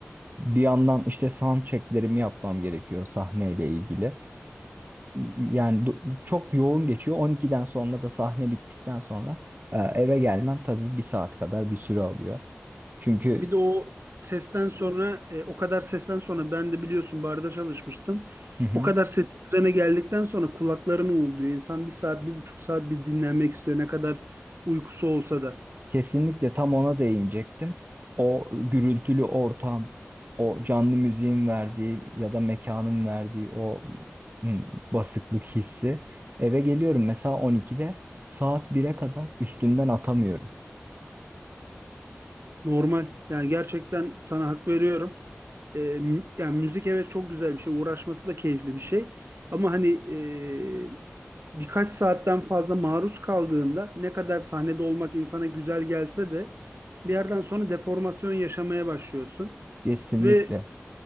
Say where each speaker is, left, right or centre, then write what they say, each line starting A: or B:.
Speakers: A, on the right; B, on the right.
A: Bir yandan işte sound checklerimi yapmam gerekiyor sahneyle ilgili. Yani do- çok yoğun geçiyor. On iki'den sonra da sahne bittikten sonra e, eve gelmem tabii bir saat kadar bir süre alıyor. Çünkü
B: Bir de o sesten sonra e, o kadar sesten sonra ben de biliyorsun barda çalışmıştım.
A: <laughs>
B: O kadar ses üzerine geldikten sonra kulaklarını uğulduyor. İnsan bir saat, bir buçuk saat bir dinlenmek istiyor. Ne kadar uykusu olsa da.
A: Kesinlikle tam ona değinecektim. O gürültülü ortam, o canlı müziğin verdiği ya da mekanın verdiği o hmm, basıklık hissi. Eve geliyorum mesela 12'de saat bire kadar üstümden atamıyorum.
B: Normal. Yani gerçekten sana hak veriyorum. E, mü- yani müzik evet çok güzel bir şey. Uğraşması da keyifli bir şey. Ama hani e, birkaç saatten fazla maruz kaldığında ne kadar sahnede olmak insana güzel gelse de bir yerden sonra deformasyon yaşamaya başlıyorsun.
A: Kesinlikle,
B: ve